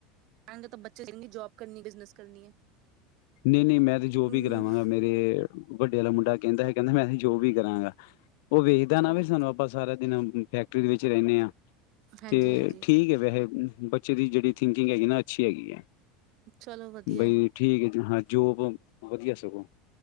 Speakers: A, on the right; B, on the left.
A: ਤਾਂ ਬੱਚੇ ਲਗੇ ਜ ਜੋਬ ਕਰਨੀ ਹੈ ਬਿਜਨਸ ਕਰਨੀ ਹੈ
B: ਨਹੀਂ ਨਹੀਂ ਮੈਂ ਤੇ ਜੋ
A: ਹਮ
B: ਵੀ ਕਰਾਵਾਂਗਾ ਮੇਰੇ ਵੱਡੇ ਵਾਲਾ ਮੁੰਡਾ ਕਹਿੰਦਾ ਹੈਗਾ ਕਹਿੰਦਾ ਮੈਂ ਅਸੀ ਜੋ ਵੀ ਕਰਾਂਗਾ ਉਹ ਵੇਖਦਾ
A: ਚਲੋ
B: ਨਾ ਵੀ ਸਾਨੂੰ ਆਪਾਂ ਸਾਰਾ ਦਿਨ ਫੈਕਟਰੀ ਦੇ ਵਿੱਚ ਰਹਿੰਦੇ ਹਾਂ
A: ਹਾਂਜੀ
B: ਤੇ
A: ਹਾਂਜੀ
B: ਠੀਕ ਵੈਸੇ ਬੱਚੇ ਦੀ ਜਿਹੜੀ ਥਿੰਕਿੰਗ ਹੈਗੀ ਨਾ ਅੱਛੀ ਹੈਗੀ ਹੈ
A: ਚਲੋ ਵਧੀਆ
B: ਬਈ ਠੀਕ ਹੈ ਹਾਂ ਜੋਬ ਵਧੀਆ ਸਗੋਂ।